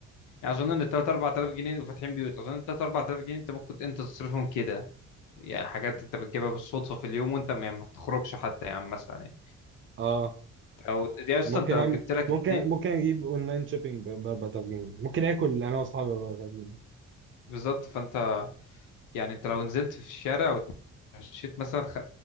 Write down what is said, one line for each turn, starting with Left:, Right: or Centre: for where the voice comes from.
Left: يعني اظن ان 3 4000 جنيه وفاتحين بيوت اظن 3 4000 جنيه انت ممكن انت تصرفهم كده يعني حاجات انت بتجيبها بالصدفه في اليوم وانت ما ما بتخرجش حتى يعني مثلا يعني
Right: اه
Left: او يا اسطى
Right: ممكن
Left: انت لو
Right: أعمل
Left: جبت لك
Right: ممكن
Left: اتنين
Right: ممكن اجيب اونلاين شوبينج ب 4000 جنيه ممكن اكل انا واصحابي ب 4000 جنيه
Left: بالظبط فانت يعني انت لو نزلت في الشارع ومشيت مثلا خ...